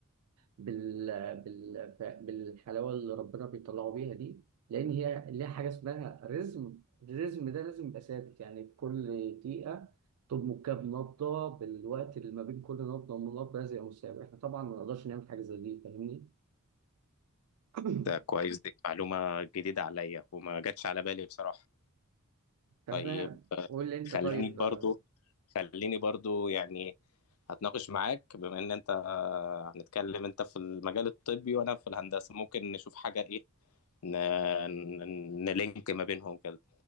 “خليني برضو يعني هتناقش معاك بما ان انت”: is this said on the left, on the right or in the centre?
Left